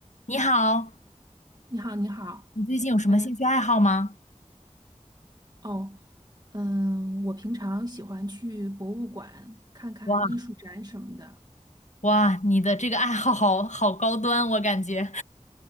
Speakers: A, on the left (about 70°); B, on the right (about 35°).
A: 你好，
B: 你好，你好。
A: 你最近有什么兴趣爱好吗？
B: 嗯，哦，嗯，我平常喜欢去博物馆看看艺术展什么的，
A: 哇哇，你的这个爱好好好高端，我感觉。